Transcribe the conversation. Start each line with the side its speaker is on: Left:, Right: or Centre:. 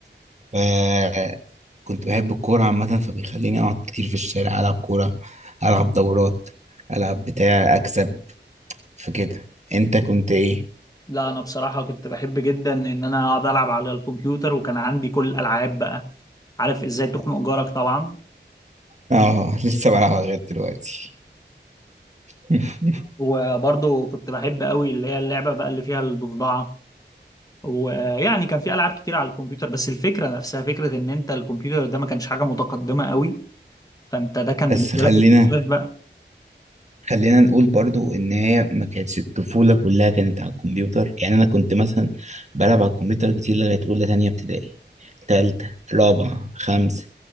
Right: فكنت بحب الكورة عامة فبيخليني اقعد كتير في الشارع العب كورة العب دورات العب بتاع اكسب فكده انت كنت ايه
Left: لا انا بصراحة كنت بحب جدا ان انا اقعد العب على الكمبيوتر وكان عندي كل الالعاب بقى عارف ازاي تخنق جارك طبعا
Right: اه لسه بلعبها لغايه دلوقتي <laughs>
Left: وبرضه كنت بحب قوي اللي هي اللعبة بقى اللي فيها الضفدعة ويعني كان في العاب كتير على الكمبيوتر بس الفكرة نفسها فكرة ان انت الكمبيوتر ده ما كانش حاجة متقدمة قوي فانت ده كان
Right: بس
Left: بالنسبة
Right: خلينا
Left: لك اكتشاف بقى
Right: خلينا نقول برضو ان هي ما كانتش الطفوله كلها كانت على الكمبيوتر يعني انا كنت مثلا بلعب على الكمبيوتر كتير لغايه اولى تانية ابتدائي تالتة رابعه خمسة